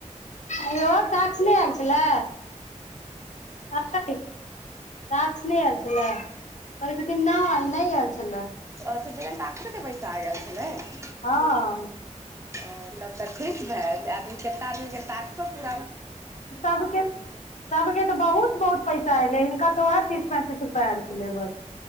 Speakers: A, on the left; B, on the right.
A: आयल टास्क नहि आयल छलै हय टास्क नहि आयल छलै कहै छथिन नइ नहि आयल छलै
B: तऽ बिना टास्केके पैसा आ गेल छलै
A: हँ
B: ओ तब तऽ ठीक भए जे आदमी आदमीके टाकसो प
A: सभके सभके तऽ बहुत बहुत पैसा एयलै हिनका तऽ उएह तीस पैंतीस रुपैआ आयल छलै बस